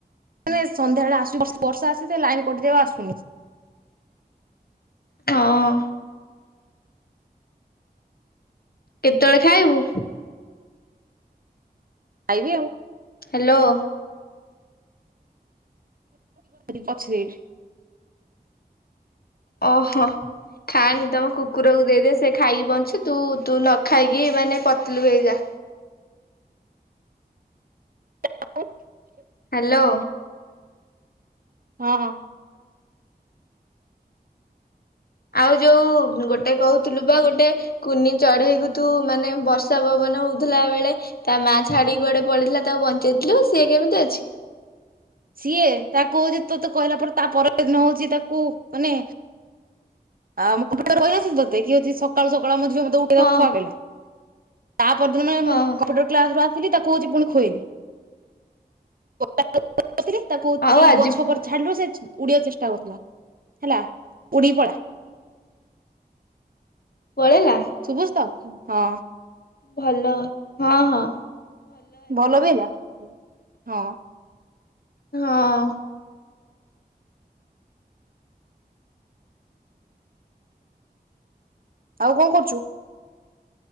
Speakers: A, on the right; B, on the left.
A: ମାନେ ସନ୍ଧ୍ୟାବେଳେ ଆସୁଚି ବର୍ଷ-ବର୍ଷା ଆସିତେ ଲାଇନ କଟିଯିବ ଆସୁନି।
B: ହଁ। କେତେବେଳେ ଖାଇବୁ?
A: ଖାଇବି ଆଉ।
B: ହ୍ୟାଲୋ।
A: <inaudible> ଅଛୁ ଏଇଠି।
B: ଓହୋ। ଖାଆନି ତମ କୁକୁରକୁ ଦେଇ ଦେ ସେ ଖାଇକି ବଞ୍ଚି ତୁ ତୁ ନ ଖାଇକି ମାନେ ପତଲୁ ହେଇଯାଆ।
A: <unintelligible>
B: ହ୍ୟାଲୋ।
A: ହଁ ହଁ।
B: ଆଉ ଯୋଉ ଗୋଟେ କହୁ ଥିଲୁ ବା ଗୋଟେ କୁନି ଚଢେଇକୁ ତୁ ମାନେ ବର୍ଷା ପବନ ହଉଥିଲା ବେଳେ ତା ମାଆ ଛାଡି କୁଆଡେ ପଳେଇଥିଲା ତାକୁ ବଞ୍ଚେଇଥିଲୁ ସିଏ କେମିତି ଅଛି?
A: ସିଏ ତାକୁ ହଉଚି ତୋତେ କହିଲା ପରେ ତା ପର ଦିନ ହଉଚି ତାକୁ ମାନେ ଆଉ ମୁଁ କମ୍ପ୍ୟୁଟର ରେ କହିନଥିଲି ତତେ କି ହଉଚି ସକାଳୁ ସକାଳୁ ଆମ ଝିଅ ମତେ ଉଠେଇଲା
B: ହଁ
A: ବେଳକୁ। <unintelligible> ତା ପରଦିନ ମାନେ
B: ହଁ
A: ମୁଁ କମ୍ପ୍ୟୁଟର କ୍ଲାସ ରୁ ଆସିଲି ତାକୁ ହଉଚି ପୁଣି ଖୁଏଇଲି ଖୁ <inaudible> ନ ଥିଲି ତାକୁ ହଉଚି
B: ଆଉ ଆଜି
A: ଗଛ ଉପରେ ଝାଡିଲୁ ସେ ଉଡିଆକୁ ଚେଷ୍ଟା କରୁଥିଲା ହେଲା ଉଡ଼ିକି ପଳା।
B: ପଳେଇଲା?
A: ଶୁଭୁଚି ତ ହଁ।
B: ଭଲ ହଁ ହଁ।
A: ଭଲ ବି ହେଲା ହଁ।
B: ହଁ।
A: ଆଉ କଣ କରୁଚୁ?